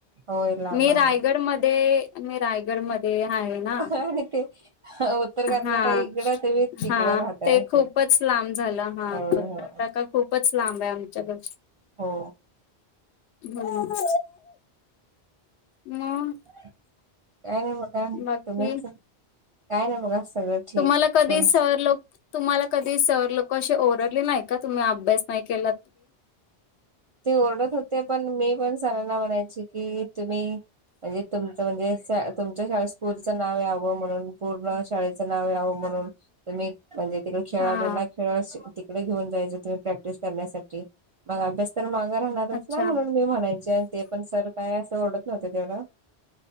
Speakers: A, on the right; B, on the left.
A: होय लांब
B: मी
A: आहे
B: रायगड मध्ये मी रायगड मध्ये आहे ना
A: ह ते उत्तर कर्नाटक
B: हा
A: इकडं तुम्ही
B: हा
A: तिकडं राहताय
B: ते
A: असं
B: खूपच लांब झालं हा
A: होय
B: कर
A: होय
B: टका खूप खूपच लांब आहे आमच्या घर
A: हो
B: ह मग
A: काय नाही बघ
B: बाकी
A: तुम्हीच काय नाही बघा सगळं ठीक
B: तुम्हाला कधी
A: तुमच
B: सरलोक तुम्हाला कधी सर लोक अशी ओरले नाही का तुम्ही अभ्यास नाही केला
A: ते ओरडत होते पण मी पण सरांना म्हणायचे की तुम्ही म्हणजे तुमचं म्हणजे तुमच्या शा स्कूलचं नाव यावं म्हणून पूर्ण शाळेचं नाव यावं म्हणून तुम्ही म्हणजे तिकडे खेळाडूंना
B: हा
A: खेळ तिकडे घेऊन जायच तुम्ही प्रॅक्टिस करण्यासाठी मग अभ्यास तर मागं राहणारच
B: अच्छा
A: ना म्हणून मी म्हणायचे ते. पण सर काय असं ओडत नव्हत तेवढं